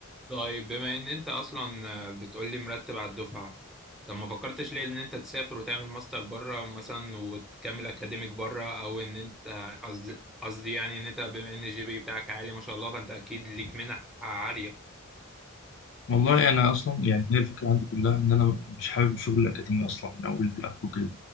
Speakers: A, in the centre; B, on the left (about 60°).
A: طيب بما ان انت اصلا آه، بتقولي مرتب على الدفعه طب ما فكرتش ليه ان انت تسافر وتعمل ماستر بره مثلا وتكمل اكاديميك بره او ان انت قصدي قصدي يعني ان انت بما ان الجي بي بتاعك عالي ما شاء الله فانت اكيد ليك منح عاليه
B: والله انا اصلا يعني هي الفكره عندي كلها ان انا مش حابب الشغل الاكاديمي اصلا من اول لاخره كده